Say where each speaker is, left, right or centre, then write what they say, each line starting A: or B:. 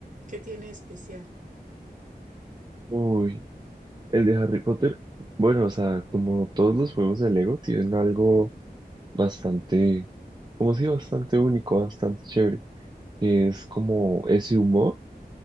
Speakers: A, on the right; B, on the right.
A: ¿qué tiene de especial?
B: Uy, el de Harry Potter. Bueno, o sea, como todos los juegos de Lego tienen algo bastante, como si bastante único, bastante chévere. que Es como ese humor.